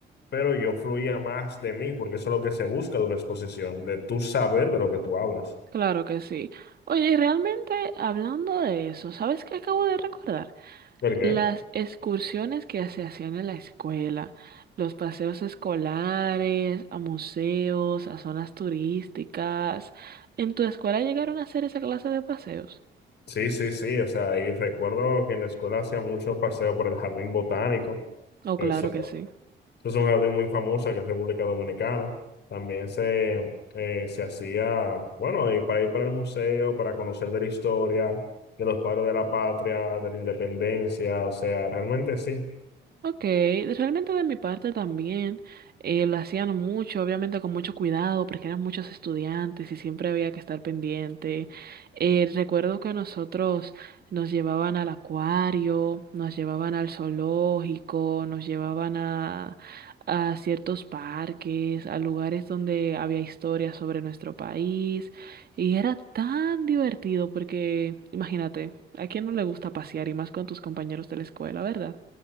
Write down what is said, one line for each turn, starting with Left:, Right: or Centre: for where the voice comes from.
Left: pero yo fluía más de mí, porque eso es lo que se busca de una exposición, de tú saber de lo que tú hablas.
Right: Claro que sí. Oye, y realmente hablando de eso, ¿sabes qué acabo de recordar?
Left: ¿Por qué?
Right: Las excursiones que se hacían en la escuela, los paseos escolares, a museos, a zonas turísticas. ¿En tu escuela llegaron a hacer esa clase de paseos?
Left: Sí, sí, sí, o sea, y recuerdo que en la escuela hacía muchos paseos por el jardín botánico.
Right: Oh,
Left: Eso
Right: claro que sí.
Left: Es una jardín muy famosa que es República Dominicana. También se, eh, se hacía, bueno, y para ir para el museo, para conocer de la historia, de los padres de la patria, de la independencia, o sea, realmente sí.
Right: Ok, realmente de mi parte también eh, lo hacían mucho, obviamente con mucho cuidado, porque eran muchos estudiantes y siempre había que estar pendiente. Eh, recuerdo que nosotros nos llevaban al acuario, nos llevaban al zoológico, nos llevaban a, a ciertos parques, a lugares donde había historias sobre nuestro país. Y era tan divertido porque, imagínate, ¿a quién no le gusta pasear y más con tus compañeros de la escuela, verdad?